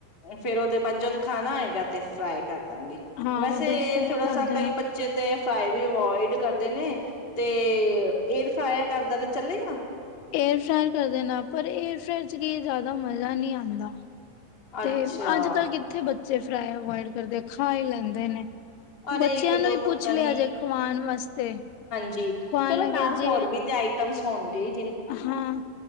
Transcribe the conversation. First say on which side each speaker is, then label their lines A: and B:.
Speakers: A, on the left; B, on the left.
A: ਫੇਰ ਉਹਦੇ ਬੱਜਦ ਖਾਣਾ ਹੈਗਾ ਤੇ ਫਰਾਈ ਕਰ ਦਾਂਗੇ।
B: ਹਾਂ
A: ਵੈਸੇ
B: ਉਦੋਂ ਫਰਾਈ
A: ਥੋੜਾ
B: ਕਰ
A: ਸ
B: ਦੇਣਾ
A: ਕਈ ਬੱਚੇ ਤੇ ਫਰਾਈ ਵੀ ਅਵੋਇਡ ਕਰ ਤੇ ਨੇ ਤੇ ਏਅਰ ਫਾਇਰ ਕਰਦਾ ਤੇ ਚੱਲੇਗਾ।
B: ਏਅਰ ਫੈਰ ਕਰਦੇ ਨੇ ਪਰ ਏਅਰ ਫੈਰ ਚ ਕੀ ਜ਼ਿਆਦਾ ਮਜ਼ਾ ਨਹੀਂ ਆਉਂਦਾ। ਤੇ
A: ਅੱਛਾ,
B: ਅੱਜ ਕਲ ਕਿੱਥੇ ਬੱਚੇ ਤੇ ਫਰਾਈ ਅਵਇਡ ਕਰਦੇ ਖਾ ਹੀ ਲੈਂਦੇ ਨੇ।
A: ਅਰੇ
B: ਬੱਚਿਆਂ
A: ਇੱਕ
B: ਨੂੰ
A: ਦੋ
B: ਵੀ
A: ਪਤਾ
B: ਪੁੱਛ ਲਿਆ ਜੇ ਖਵਾਣ ਵਾਸਤੇ।
A: ਜੀ,
B: ਖਵਾਉਣ
A: ਚਲੋ
B: ਲੱਗਿਆ
A: ਨਾਲ
B: ਜੇ
A: ਹੋਰ ਵੀ ਤੇ ਆਈਟਮਸ ਹੁੰਦੀ
B: ਹਾਂ